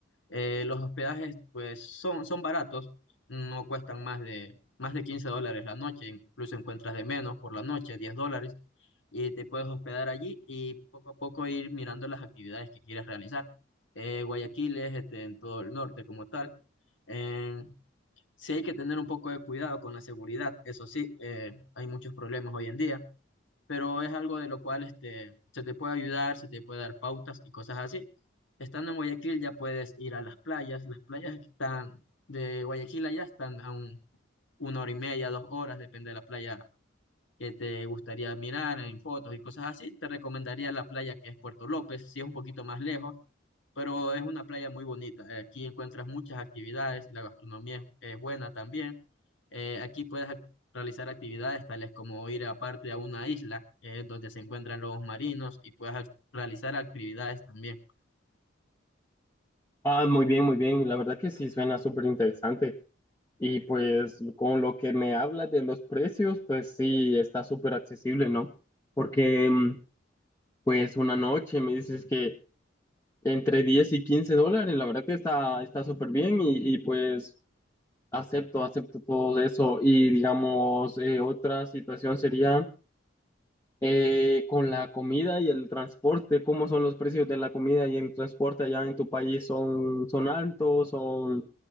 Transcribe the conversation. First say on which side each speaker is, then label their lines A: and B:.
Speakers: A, on the left (about 80°); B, on the left (about 15°).
A: Eh, los hospedajes pues son, son baratos, no cuestan más de, más de 15 dólares la noche, incluso encuentras de menos por la noche, 10 dólares, y te puedes hospedar allí y poco a poco ir mirando las actividades que quieres realizar. Eh, Guayaquil es este, en todo el norte como tal. Eh, sí hay que tener un poco de cuidado con la seguridad, eso sí, eh, hay muchos problemas hoy en día pero es algo de lo cual este, se te puede ayudar, se te puede dar pautas y cosas así. Estando en Guayaquil ya puedes ir a las playas, las playas que están de Guayaquil allá están a un- una hora y media, dos horas, depende de la playa que te gustaría mirar en fotos y cosas así. Te recomendaría la playa que es Puerto López, si es un poquito más lejos, pero es una playa muy bonita. Eh, Aquí encuentras muchas actividades, la gastronomía es, es buena también. Eh, aquí puedes ac- realizar actividades tales como ir aparte a una isla, que es donde se encuentran lobos marinos, y puedes ac- realizar actividades también.
B: Ah, muy bien, muy bien. La verdad que sí suena súper interesante. Y pues con lo que me hablas de los precios, pues sí, está súper accesible, ¿no? Porque mm, pues una noche me dices que entre 10 y 15 dólares, la verdad que está está súper bien y, y, pues acepto, acepto todo eso. Y digamos, eh, otra situación sería eh, con la comida y el transporte, ¿cómo son los precios de la comida y el transporte allá en tu país? ¿Son, son altos? ¿Son